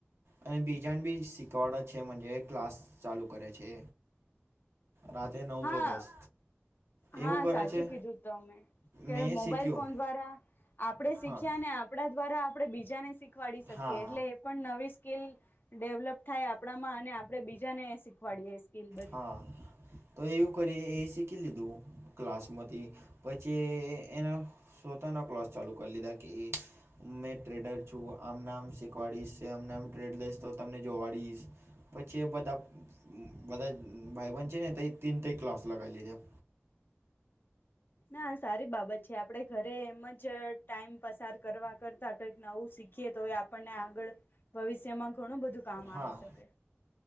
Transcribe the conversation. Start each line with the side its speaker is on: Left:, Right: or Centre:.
Right: અને બીજાને બી શીખવાડ છે ક્લાસ ચાલુ કરે છે, રાતે નવ
Left: હા
Right: તો દસ
Left: હા,
Right: એવું કરે
Left: સાચું
Right: છે
Left: કીધું હત અમે કે
Right: મેં
Left: મોબાઈલ
Right: શીખ્યું
Left: ફોન દ્વારા આપણે શીખ્યા
Right: હા
Left: અને આપણા દ્વારા આપણે બીજાને શીખવાડી શકીએ
Right: હા
Left: એટલે એ પણ નવી સ્કીલ ડેવલપ થાય આપણામાં અને આપણેે બીજાને શીખવાડીએે એ સ્કીલ બધી
Right: હા તો એવું કરી એ શીખી લીધું ક્લાસમાંથી પછી એ એના સોતાના ક્લાસ ચાલુ કરી લીધા કે મેં ટ્રેડર છું આમને આમ શીખવાડીશ આમને આમ ટ્રેડ લઈશ તો તમને જોવાડીશ પછી એ બધા બધા જ ભાઈબન છે ને ત તીન ત ક્લાસ લગાલીઘા
Left: ના સારી બાબત છે આપડે ઘરે એમ જ ટાઈમ પસાર કરવા કરતા કઈક નવું શીખીએ તો આપણને આગળ ભવિષ્યમાં ઘણું બધું કામ
Right: હા
Left: આવી શકે